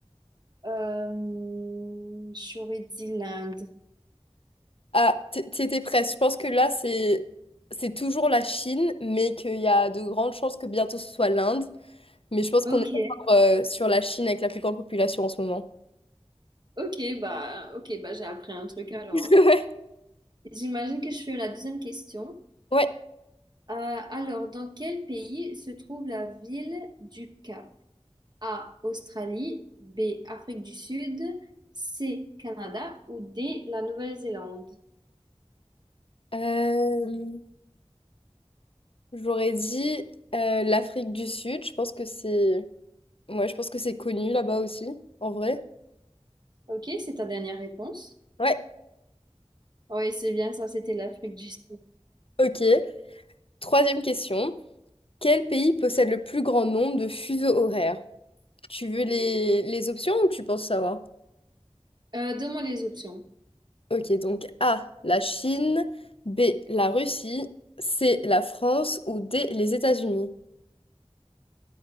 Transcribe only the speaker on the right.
euh, j'aurais dit l'Inde.
Ok,
ok, bah, ok, bah, j'ai appris un truc alors.
J'imagine que je fais la deuxième question.
Euh, alors, dans quel pays se trouve la ville du Cap? A. Australie, B. Afrique du Sud, C. Canada ou D. La Nouvelle-Zélande.
Ok, c'est ta dernière réponse.
Oui, c'est bien ça, c'était l'Afrique du Sud.
Euh, donne-moi les options.